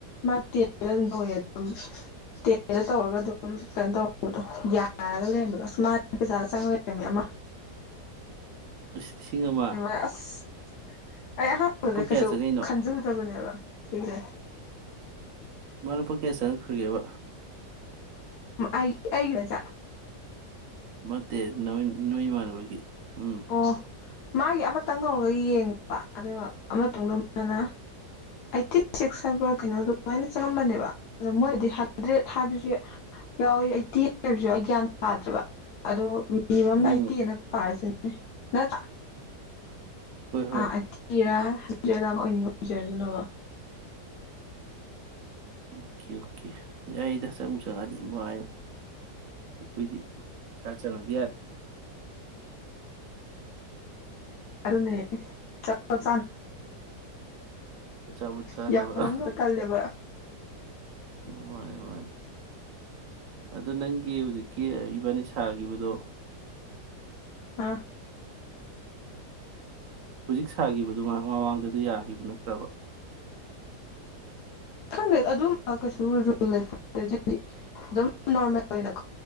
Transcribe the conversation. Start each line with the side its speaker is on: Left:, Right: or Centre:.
Left: ꯃꯥ ꯇꯦꯟꯦꯗ ꯑꯗꯨꯝ ꯇꯧꯋꯦ ꯑꯗꯨꯝ ꯇꯦꯟꯦꯗ ꯇꯧꯔꯒ ꯑꯗꯨꯝ ꯀꯩꯅꯣ ꯇꯧꯔꯗꯣ ꯌꯥꯔꯒ ꯂꯩꯔꯝꯕꯗꯣ ꯁꯨꯃꯥꯏꯅ ꯄꯩꯁꯥꯒ ꯆꯪ ꯂꯩꯔꯝꯃꯦ ꯑꯃ
Right: ꯑꯁ ꯂꯤꯁꯤꯡ ꯑꯃ
Left: <unintelligible> ꯑꯩ ꯑꯍꯥꯟꯕꯗ
Right: ꯂꯨꯄꯥ ꯀꯌꯥ
Left: ꯀꯩꯁꯨ
Right: ꯆꯪꯉꯛꯏꯅꯣ
Left: ꯈꯟꯖꯜꯂꯗ꯭ꯔꯕꯅꯤ ꯭ <unintelligible>
Right: ꯃꯔꯨꯞꯄ ꯀꯥꯌꯥ ꯆꯪꯉꯛꯈ꯭ꯔꯒꯦꯕ
Left: ꯑꯩ ꯑꯩꯒꯤꯔꯣ ꯍꯥꯏꯖꯦ
Right: ꯅꯠꯇꯦ ꯅꯣꯏ ꯏꯃꯥꯟꯅꯕꯒꯤ ꯎꯝ
Left: ꯑꯣ ꯃꯥꯒꯤ ꯑꯃꯇꯪ ꯇꯧꯔꯒ ꯌꯦꯡꯕ ꯑꯗꯣ ꯑꯃꯇꯗ ꯃꯥꯅ ꯑꯩꯠꯇꯤ ꯁꯤꯛꯁ ꯍꯥꯏꯕ꯭ꯔꯥ ꯀꯩꯅꯣ ꯑꯗꯨꯃꯥꯏꯅ ꯆꯪꯉꯝꯕꯅꯦꯕ ꯑꯗꯣ ꯃꯣꯏꯅꯗꯤ ꯍꯟꯗ꯭ꯔꯦꯠ ꯍꯥꯏꯕꯁꯨ ꯌꯥꯎꯋꯤ ꯑꯩꯠꯇꯤ ꯍꯥꯏꯕꯁꯨ ꯑꯩ ꯒ꯭ꯌꯥꯟ ꯇꯥꯗ꯭ꯔꯦꯕ ꯑꯗꯣ
Right: ꯎꯝ
Left: ꯑꯩꯇꯤ ꯑꯅꯥ ꯄꯥꯔꯥꯁꯦ ꯅꯠꯇ꯭ꯔꯥ
Right: ꯍꯣꯏ ꯍꯣꯏ
Left: ꯑꯩꯇꯤꯔꯥ ꯍꯟꯗ꯭ꯔꯦꯠꯂꯥ ꯍꯣꯏꯗꯥ ꯑꯃ ꯑꯣꯏꯅꯤꯡꯉ ꯑꯣꯏꯖꯩ ꯑꯗꯨꯅꯕ
Right: ꯑꯣꯀꯦ ꯑꯣꯀꯦ ꯌꯥꯏꯗ ꯆꯪꯕꯨ ꯆꯪꯉꯛꯑꯗꯤ ꯑꯩꯈꯣꯏꯗꯤ ꯈꯔ ꯆꯪꯉꯗꯤ ꯌꯥꯔꯦ
Left: ꯑꯗꯨꯅꯦ ꯆ <inaudible>
Right: ꯆꯥꯕꯨ ꯆꯠꯂꯣꯕ
Left: ꯌꯥꯝ ꯂꯧꯅꯕ ꯇꯜꯂꯦꯕ
Right: ꯃꯥꯅꯤ ꯃꯥꯅꯤ ꯑꯗꯨ ꯅꯪꯒꯤ ꯍꯧꯖꯤꯛꯀꯤ ꯏꯕꯥꯅꯤ ꯁꯥꯈꯤꯕꯗꯣ
Left: ꯑꯥ
Right: ꯍꯧꯖꯤꯛ ꯁꯥꯈꯤꯕꯗꯨ ꯃꯃꯥꯡꯗꯗꯤ ꯌꯥꯈꯤꯕ ꯅꯠꯇ꯭ꯔꯕ
Left: ꯈꯪꯗꯦ ꯑꯗꯨꯝꯕ ꯀꯩꯁꯨ ꯂꯩ ꯑꯗꯨꯗꯤ ꯑꯗꯨꯝ ꯅꯣꯔꯃꯦꯜ ꯑꯣꯏꯅꯀꯣ